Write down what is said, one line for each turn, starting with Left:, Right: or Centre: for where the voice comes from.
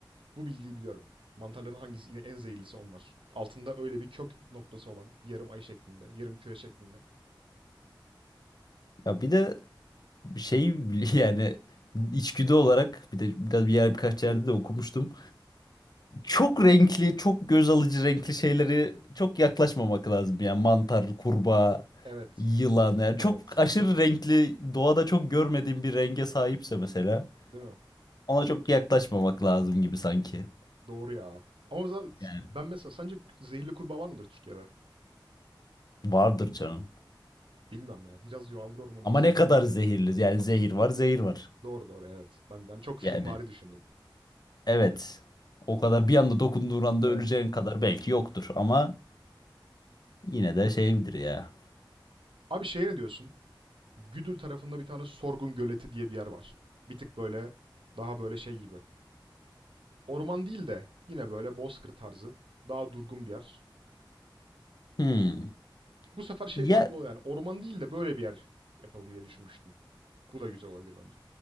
Right: Bu bilgiyi biliyorum. Mantarların hangisi yine en zehirlisi onlar. Altında öyle bir kök noktası olan yarım ay şeklinde, yarım küre şeklinde.
Left: Ya bir de şey <laughs> yani içgüdü olarak bir de biraz bir yer birkaç yerde de okumuştum. çok renkli, çok göz alıcı renkli şeyleri çok yaklaşmamak lazım yani mantar, kurbağa,
Right: Evet.
Left: yılan yani
Right: Evet.
Left: çok aşırı renkli doğada çok görmediğim bir renge sahipse mesela
Right: Değil mi?
Left: ona çok yaklaşmamak lazım gibi sanki.
Right: Doğru ya. Ama mesela-
Left: Yani
Right: ben mesela sence zehirli kurbağa var mıdır Türkiye'de?
Left: vardır canım.
Right: Bilmem ya. Biraz yağmur ormanı
Left: Ama
Right: işi
Left: ne
Right: sanki
Left: kadar
Right: o
Left: zehirli
Right: ya.
Left: yani zehir var, zehir var.
Right: Doğru doğru evet. Ben, ben çok filmvari
Left: Yani
Right: düşündüm.
Left: evet. O kadar bir anda dokunduğun anda
Right: Evet.
Left: öleceğin kadar belki yoktur ama yine de şeydir ya.
Right: Abi şeye ne diyorsun? Güdül tarafında bir tane Sorgun Göleti diye bir yer var. Bir tık böyle daha böyle şey gibi. Orman değil de yine böyle bozkır tarzı. Daha durgun bir yer.
Left: Hmm.
Right: Bu sefer şey
Left: Ya,
Right: farklı oluyor yani orman değil de böyle bir yer yapalım diye düşünmüştüm. Bu da güzel olabilir bence.